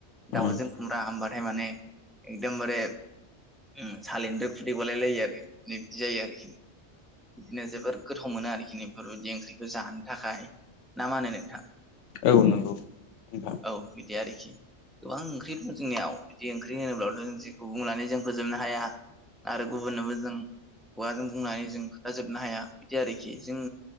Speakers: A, in the centre; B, on the left (about 85°).
A: दाउजों
B: उम
A: खुमब्रा होमबाथाय माने एदमबारे उ सालिनिफ्राय खुदैबलाय लायो आरो बिदि जायो आरोखि बिदिनो जोबोर गोथाव मोनो आरोखि बेफोरबायदि ओंख्रिखौ जानो थाखाय ना मा होनो नोंथां?
B: औ नंगौ नबा।
A: औ बिदि आरोखि गोबां ओंख्रि दं जोंनियाव बिदि ओंख्रि होनोब्लाथ' जेखौ बुंनानै जों फोजोबनो हाया आरो गुबुननोबो जों खुगाजों बुंनानै जों खोथाजोबनो हाया बिदि आरोखि जों